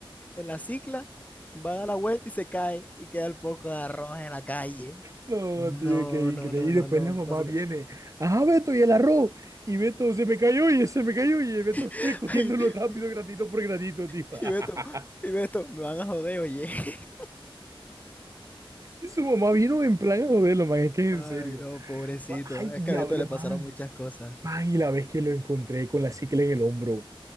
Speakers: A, on the left; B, on the right.
A: en la cicla, va a dar la vuelta y se cae y queda el poco de arroz en la calle.
B: No,
A: No,
B: tío, qué
A: no,
B: increíble.
A: no,
B: Y
A: no,
B: después
A: no,
B: la mamá
A: nosotros.
B: viene. Ajá, Beto, y el arroz. Y Beto se me cayó y se me cayó. Y Beto <laughs>
A: <laughs>
B: recogiéndolo rápido, granito por granito, tío.
A: Y
B: <laughs>
A: y Beto, y Beto, me van a joder, oye. <laughs>
B: Y su mamá vino en plan a joderlo, man. Es que
A: Ay,
B: es en serio.
A: no, pobrecito.
B: Ay,
A: Es
B: y
A: que
B: la,
A: a Beto
B: la
A: le
B: man.
A: pasaron muchas cosas.
B: Man, y la vez que lo encontré con la cicla en el hombro,